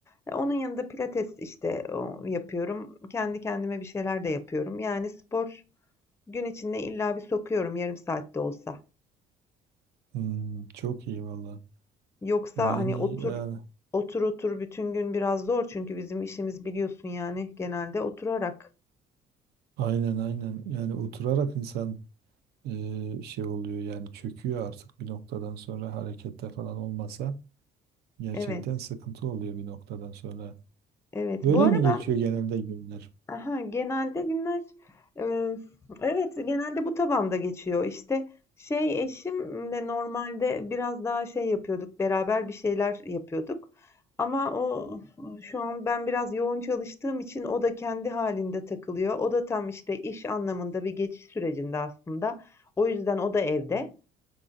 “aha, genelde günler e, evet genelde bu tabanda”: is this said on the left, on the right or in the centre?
Left